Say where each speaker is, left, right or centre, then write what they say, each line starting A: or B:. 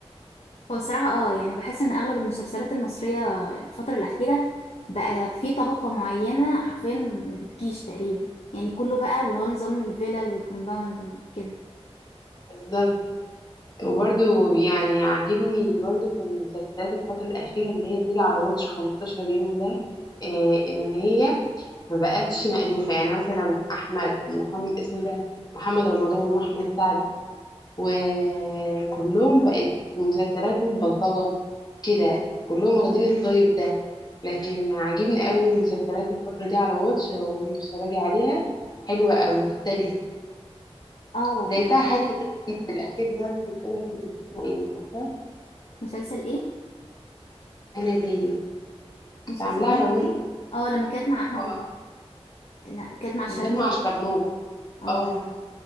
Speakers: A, on the left; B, on the left.
A: هو الصراحة اه يعني بحس ان اغلب المسلسلات المصرية الفترة الأخيرة بقى في طبقة معينة حرفيا ما بتجيش تقريبا يعني كله بقى اللي هو نظام الفيلل والكومباوند وكده
B: بالظبط وبرده يعني عاجبني برضو في المسلسلات الفترة الأخيرة اللي هي بتيجي على واتش 15 يوم ده إيه إن هي ما بقتش مألوفة يعني مثلا أحمد محمد اسمه ده محمد رمضان وأحمد سعد وكلهم بقت مسلسلاتهم بلطجة كده كلهم واخدين الطيب ده لكن عاجبني قوي المسلسلات الفترة دي على واتش لو انت بتتفرجي عليها حلوة أو مختلفة
A: اه
B: زي
A: يعني
B: بتاع هنا زاهد الأخير ده بس مش قادرة أفتكر اسمه إيه عارفة
A: مسلسل ايه؟
B: هنا زاهد
A: مسلسل
B: كنت عاملاه
A: هنا
B: على ويب
A: ازاي؟ اه لما كانت مع احمد
B: اه
A: الد- لا كانت مع الشرنوبي
B: اللي كانت مع الشرنوب
A: تقريباً. اه
B: اه